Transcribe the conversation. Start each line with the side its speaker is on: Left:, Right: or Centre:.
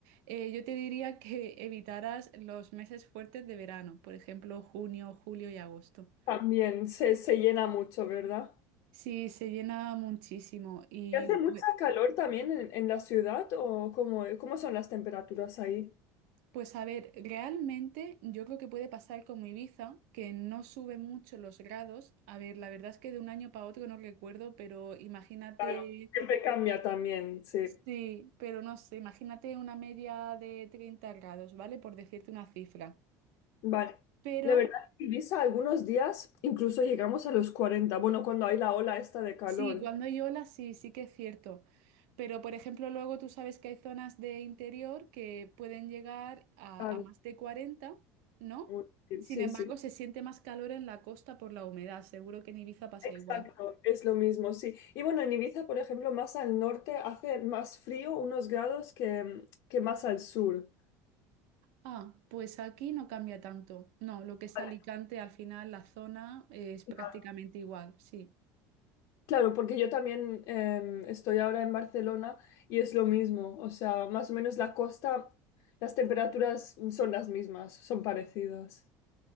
Right: eh, yo te diría que <laughs> evitaras los meses fuertes de verano, por ejemplo, junio, julio y agosto.
Left: También se, se llena mucho, ¿verdad?
Right: Sí, se llena muchísimo y...
Left: ¿Y hace mucha calor también en, en la ciudad o cómo, cómo son las temperaturas ahí?
Right: Pues a ver, realmente yo creo que puede pasar como Ibiza, que no sube mucho los grados. A ver, la verdad es que de un año para otro no recuerdo, pero imagínate,
Left: Claro, siempre cambia también, sí.
Right: sí, pero no sé, imagínate una media de 30 grados, ¿vale? Por decirte una cifra.
Left: Vale.
Right: Pero
Left: La verdad es que Ibiza algunos días incluso llegamos a los cuarenta Bueno, cuando hay la ola esta de calor.
Right: Sí, cuando hay olas sí, sí que es cierto. Pero, por ejemplo, luego tú sabes que hay zonas de interior que pueden llegar a,
Left: Claro.
Right: a más de 40, ¿no?
Left: Uy,
Right: Sin
Left: Sí,
Right: embargo,
Left: sí.
Right: se siente más calor en la costa por la humedad. Seguro que en Ibiza pasa
Left: Exacto,
Right: igual.
Left: es lo mismo, sí. Y bueno, en Ibiza, por ejemplo, más al norte hace más frío unos grados que, que más al sur.
Right: Ah, pues aquí no cambia tanto. No, lo que es
Left: Vale,
Right: Alicante, al final la zona eh, es prácticamente
Left: Claro,
Right: igual, sí.
Left: Claro, porque yo también em, estoy ahora en Barcelona y es lo mismo. O sea, más o menos la costa, las temperaturas son las mismas, son parecidas.